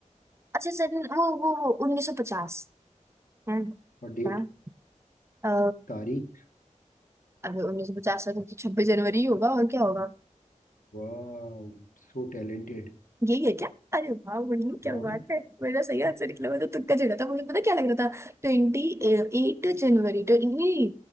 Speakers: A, on the right; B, on the left.
A: अच्छा सर वो वो वो उन्नीस सौ पचास है क्या
B: और डेट
A: अ,
B: तारीख
A: अभी उन्नीस सौ पचास तो छब्बीस जनवरी ही होगा और क्या होगा
B: वाह सो टैलेंटेड
A: यही है क्या अरे वाह मुन्नी क्या
B: हाँ
A: बात है मेरा सही आंसर निकला मैं तो तुक्का चिढ़ा था मुझे पता क्या लग रहा था ट्वेंटी एट जनवरी तो नहीं